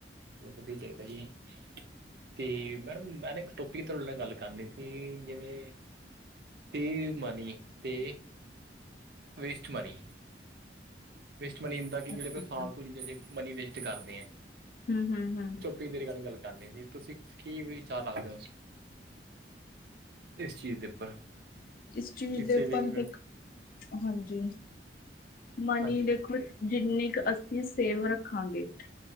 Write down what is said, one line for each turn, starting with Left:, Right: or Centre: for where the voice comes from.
Right: ਵਧੀਆ ਚਾਹੀਦਾ ਜੀ। ਤੇ ਮੈਡਮ ਮੈਂ ਨਾ ਇੱਕ ਟੋਪਿਕ ਤੁਹਾਡੇ ਨਾਲ ਗੱਲ ਕਰਨੀ ਸੀ। ਜਿਵੇਂ, ਤੇ ਮਨੀ ਤੇ ਵੇਸਟ ਮਨੀ ਵੇਸਟ ਮਨੀ ਇਦਾ ਕਿ ਜਿਹੜੇ
Left: ਅੱਛਾ।
Right: ਫਾਲਤੂ ਚੀਜ਼ਾਂ ਚ ਮਨੀ ਵੇਸਟ ਕਰਦੇ ਹੈ
Left: ਹਮ ਹਮ ਹਮ
Right: ਦੀ ਰਿਕਾਰਡਿੰਗ ਗੱਲ ਕਰਦੇ ਸੀ। ਤੁਸੀਂ ਕੀ ਵਿਚਾਰ ਰੱਖਦੇ ਹੋ, ਇਸ ਚੀਜ਼ ਦੇ ਉੱਪਰ
Left: ਕਿਸ ਚੀਜ਼
Right: ਕਿ ਸੇਵਿੰਗ
Left: ਦੇ ਉੱਪਰ ਦੇਖ ਹਾਂਜੀ ਮਨੀ
Right: ਹਾਂਜੀ
Left: ਦੇਖੋ ਜਿੰਨੀ ਕੁ ਅਸੀਂ ਸੇਵ ਰੱਖਾਂਗੇ